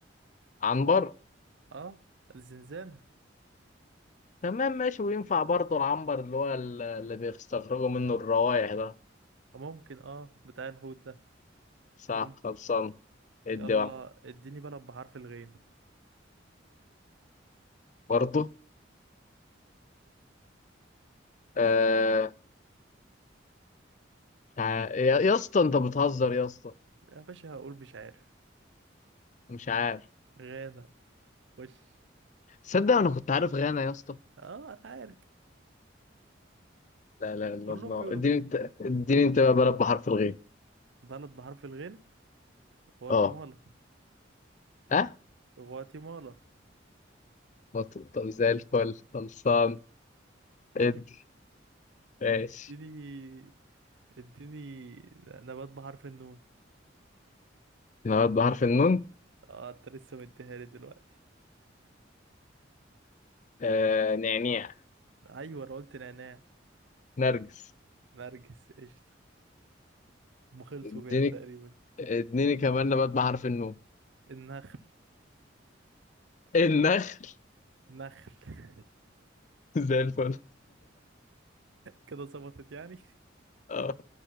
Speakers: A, on the left; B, on the right.
A: عنبر
B: اه الزنزانة
A: تمام ماشي وينفع برضه العنبر اللي هو ال- اللي بيستخرجوا منه الروائح ده
B: ممكن اه بتاع الحوت ده
A: صح
B: ممكن
A: خلصان ادي
B: يلا
A: واحد
B: اديني بلد بحرف الغين
A: برضه آه مش عارف يا يا اسطى انت بتهزر يا اسطى
B: يا باشا هقول مش عارف
A: مش عارف
B: غانا خش
A: تصدق انا كنت عارف غانا يا اسطى
B: اه انا عارف
A: لا لا لا
B: كلهم
A: الله
B: بيقولوا
A: اديني
B: كده
A: انت اديني انت بقى بلد بحرف الغين
B: بلد بحرف الغين غواتيمالا
A: اه ها
B: غواتيمالا
A: مطلوب طب زي الفل خلصان
B: <laughs>
A: ادي ماشي
B: اديني اديني نبات بحرف النون
A: نبات بحرف النون
B: اه انت لسه مديها لي دلوقتي
A: آه نعناع
B: ايوه انا قلت نعناع
A: نرجس
B: نرجس قشطة هم خلصوا
A: اديني
B: كده تقريبا
A: اديني كمان نبات بحرف النون
B: النخل
A: النخل
B: نخل <laughs>
A: <laughs> زي الفل
B: كده ظبطت يعني
A: <laughs> اه